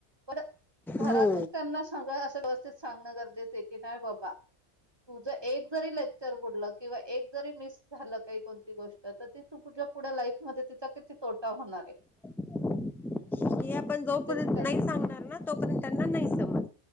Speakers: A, on the right (about 20°); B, in the centre.
A: पण घरातून
B: हो
A: त्यांना सगळं असं व्यवस्थित सांगणं गरजेचं आहे की नाही बाबा तुझं एक जरी लेक्चर बुडलं किंवा एक जरी मिस झालं काही कोणती गोष्ट तर ती तूझ्या पुढं लाईफ मध्ये तिचा किती तोटा होणार आहे.
B: हे आपण जोपर्यंत
A: म्हणजे
B: नाही सांगणार ना, तोपर्यंत त्यांना नाही समजणार.